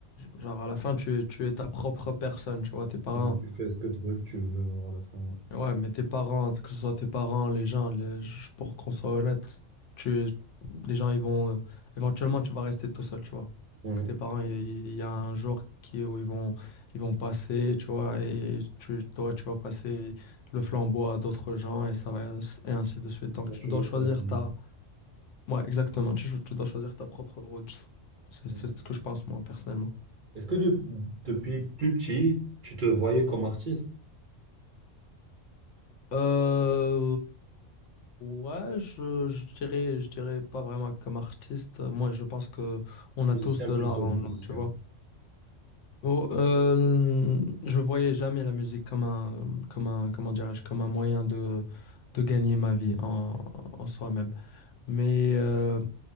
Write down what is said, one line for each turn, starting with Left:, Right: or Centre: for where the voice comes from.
Left: genre à la fin, tu, es- tu es ta propre personne, tu vois, tes parents.
Right: Et tu fais ce que tu veux, tu veux à la fin.
Left: Ouais, mais tes parents, que ce soit tes parents, les gens, les- je- pour qu'on soit honnête, tu, les gens, ils vont, éventuellement, tu vas rester tout seul, tu vois.
Right: Ouais.
Left: Donc, tes parents, il il y a un jour qui, où ils vont, ils vont passer, tu vois, et tu, toi, tu vas passer le flambeau à d'autres gens, et ça va, et ainsi de suite.
Right: À
Left: Donc,
Right: continuer,
Left: tu dois choisir
Right: c'est la vie.
Left: ta, ouais, exactement, tu, tu dois choisir ta propre route. C'est,
Right: Ouais.
Left: c'est ce que je pense, moi, personnellement.
Right: Est-ce que de- depuis plus petit, tu te voyais comme artiste?
Left: Euh, ouais, je, je dirais, je dirais pas vraiment comme artiste. Moi, je pense que on a
Right: Musicien
Left: tous de
Right: plutôt,
Left: l'art en
Right: musicien.
Left: nous, tu vois. Oh, euh, je voyais jamais la musique comme un, comme un, comment dirais-je, comme un moyen de, de gagner ma vie
Right: Mhm.
Left: en, en soi-même. Mais euh,